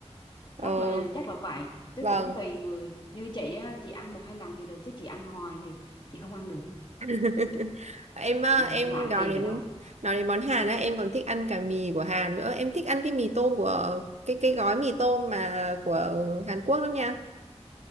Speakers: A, on the right; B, on the left.
A: Ờ,
B: chắc là chắc là vậy chứ
A: vâng.
B: cũng tùy người như chị á, chị ăn một hai lần thì được chứ chị ăn hoài thì chị không ăn được
A: <laughs> em ờ,
B: ừ,
A: em
B: lạ
A: nói
B: kỳ
A: đến
B: vậy đó
A: nói đến món Hàn á em còn thích ăn cả mì của Hàn nữa em thích ăn cái mì tôm của cái cái gói mì tôm mà của Hàn Quốc lắm nha